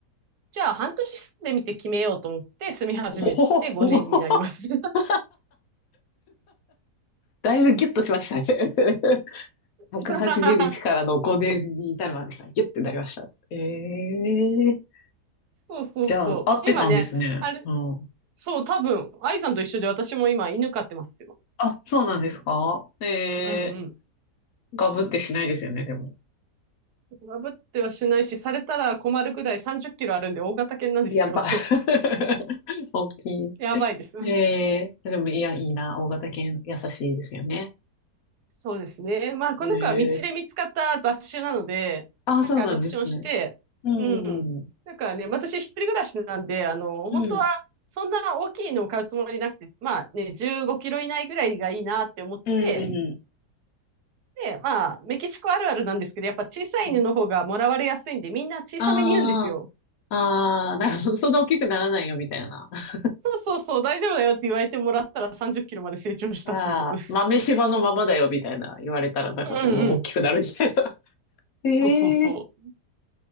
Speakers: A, on the right; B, on the left.
A: じゃあ半年住んでみて決めようと思って住み始めて5年になります。
B: おお、<laughs> だいぶギュッとしましたね。<laughs>
A: <laughs>
B: 180日からの5年に至るまでがギュッてなりました。ええ
A: そうそうそう。
B: じゃあ、合ってたんですね。
A: 今ね、あれ、
B: うん。
A: そう、多分、愛さんと一緒で私も今犬飼ってますよ。
B: あ、そうなんですかえ
A: うん
B: えガブってしないですよね、でも。
A: うん。破ってはしないし、されたら困るくらい30キロあるんで大型犬なんですよ。
B: やば。<laughs>
A: <laughs>
B: 大きい。
A: やばいです。
B: ええでも、いや、いいな。大型犬、優しいですよね。
A: そうですね。まあ、この子は道で見つかった雑種なので、
B: ええあ、
A: なんかアドプションして、
B: そうなんですね。うん。
A: うん。
B: うん。
A: なんかね、私一人暮らしなんで、あの、
B: う
A: 本当はそんな大きいのを買うつもりなくて、まあね、15キロ以内ぐらいがいいなって思って、
B: ん。
A: で、まあ、メキシコあるあるなんですけど、やっぱ小さい犬の方がもらわれやすいんで、
B: うん
A: みんな小さめに言うんですよ。
B: ああ、ああ、なるほど。そんな大きくならないよ、みたいな。<laughs>
A: そうそうそう、大丈夫だよって言われてもらったら30キロまで成長したっていうことです。
B: ああ、豆柴のままだよ、みたいな言われたら、なんかその、
A: うんうん。
B: 大きくなるみたいな。<laughs> え
A: そうそうそう。
B: え